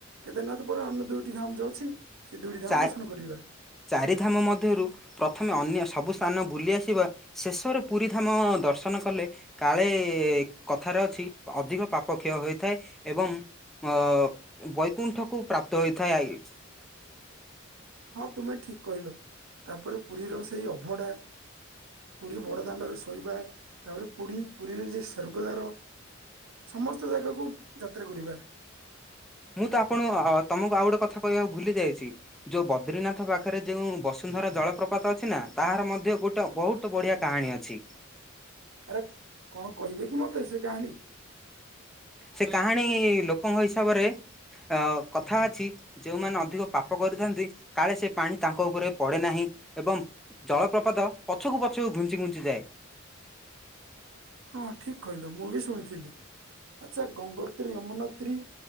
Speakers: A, on the right (about 80°); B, in the centre.
A: କେଦାରନାଥ ପରେ ଅନୁ ଦୁଇଟି ଧାମ୍ ଯୋଉ ଅଛି ସେ ଦୁଇଟି ଧାମ୍
B: ଚା
A: ଦର୍ଶନ କରିବା।
B: ଚାରିଧାମ ମଧ୍ୟରୁ ପ୍ରଥମେ ଅନ୍ୟ ସବୁ ସ୍ଥାନ ବୁଲି ଆସିବା ଶେଷରେ ପୁରୀ ଧାମ ଦର୍ଶନ କଲେ କାଳେ କଥାରେ ଅଛି ଅଧିକ ପାପ କ୍ଷୟ ହୋଇଥାଏ ଏବଂ ଅ ବୈକୁଣ୍ଠକୁ ପ୍ରାପ୍ତ ହୋଇଥାଏ ଆଇ।
A: ହଁ ତୁମେ ଠିକ୍ କହିଲ ତାପରେ ପୁରୀର ସେଇ ଅଭଢା। ପୁରୀ ବଡ ଦାଣ୍ଡରେ ଶୋଇବା ତାପରେ ପୁଡି ପୁରୀର ଯେ ସ୍ଵର୍ଗଦାର। ସମସ୍ତ ଜାଗାକୁ ଯାତ୍ରା କରିବା।
B: ମୁଁ ତ ଆପଣ ତମକୁ ଆଉ ଗୋଟେ କଥା କହିବାକୁ ଭୁଲି ଯାଇଛି। ଯୋଉ ବଦ୍ରିନାଥ ପାଖରେ ଯେଉଁ ବସୁନ୍ଧରା ଜଳପ୍ରପାତ ଅଛି ନା ତାହାର ମଧ୍ୟ ଗୋଟେ ବହୁତ ତୁ ବଢିଆ କାହାଣୀ ଅଛି।
A: ଆରେ କଣ କହିବେ କି ମତେ ସେ କାହାଣୀ?
B: ସେ କାହାଣୀ ଲୋକଙ୍କ ହିସାବରେ ଅ କଥା ଅଛି ଯୋଉମାନେ ଅଧିକ ପାପ କରିଥାନ୍ତି କାଳେ ସେ ପାଣି ତାଙ୍କ ଉପରେ ପଡେ ନାହିଁ। ଏବଂ ଜଳପ୍ରପାତ ପଛୁକୁ ପଛୁକୁ ଘୁଞ୍ଚି ଘୁଞ୍ଚି ଯାଏ।
A: ହଁ ଠିକ୍ କହିଲ ମୁଁ ବି ଶୁଣିଥିଲି ଆଚ୍ଛା ଗଙ୍ଗୋତ୍ରୀ ଯମୁନେତ୍ରୀ